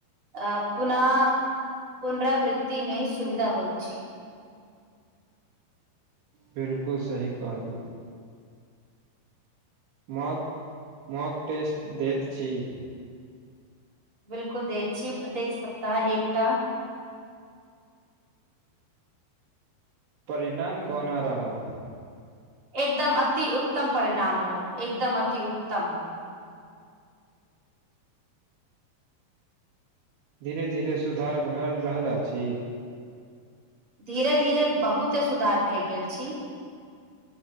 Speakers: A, on the right; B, on the right.
A: अ पुना पुनरावृ्तिमे सुविधा होइ छै।
B: बिलकुल सही कहलहु। माॅक माॅक टेस्ट दैत छी।
A: बिलकुल देत छी प्रत्येक सप्ताह एकटा।
B: परिणाम कोना रहल
A: एकदम अति उत्तम परिणाम रहल एकदम अति उत्तम।
B: धीरे धीरे सुधार भएल रहल अछि।
A: धीरे धीरे बहुते सुधार भए गेल छी।।